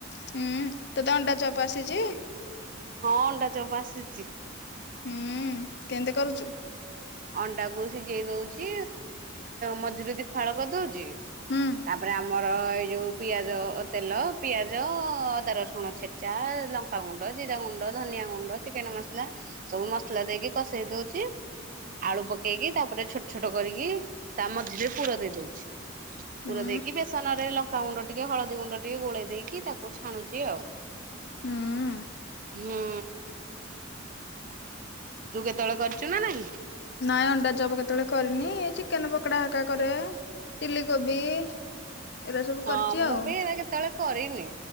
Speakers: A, on the left; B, on the right.
A: ହୁଁ ତତେ ଅଣ୍ଡା ଚପ ଆସିଛି?
B: ହଁ ଅଣ୍ଡା ଚପ ଆସିଛି।
A: ହୁଁ କେମତି କରୁଛୁ।
B: ଅଣ୍ଡାକୁ ସିଝେଇ ଦଉଛି ମଝିରୁ ଦିଫାଳ କରିଦଉଛି।
A: ହୁଁ
B: ତାପରେ ଆମର ଏ ଯୋଉ ପିଆଜ ତେଲ ପିଆଜ ଅଦା ରସୁଣ ଛେଚା ଲଙ୍କାଗୁଣ୍ଡ ଜିରା ଗୁଣ୍ଡ। ଧନିଆ ଗୁଣ୍ଡ ଚିକେନ ମସଲା ସବୁ ମସଲା ଦେଇକି କଷେଇ ଦଉଛି! ଆଳୁ ପକେଇକି ତାପରେ ଛୋଟ ଛୋଟ କରିକି ତା ମଝିରେ ପୁର ଦେଇ ଦଉଛି।
A: ହୁଁ
B: ପୁର ଦେଇକି ବେସନରେ ଲଙ୍କାଗୁଣ୍ଡ ଟିକେ ହଳଦୀ ଗୁଣ୍ଡ ଟିକେ ଗୋଳେଇ ଦେଇକି ତାକୁ ଛାଣୁଛି ଆଉ।
A: ହୁଁ।
B: ହୁଁ। ତୁ କେତେବେଳେ କରିଛୁ ନା ନାଇଁ।
A: ନାଇଁ ଅଣ୍ଡା ଚପ୍ କେତେବେଳେ କରିନି ଚିକେନ ପକୋଡା ହାକା କରେ। ଚିଲି କୋବି। ଏରା ସବୁ
B: ହଁ
A: କରିଛି
B: ମୁଁ
A: ଆଉ
B: ବି ଏରା କେତେବେଳେ କରିନି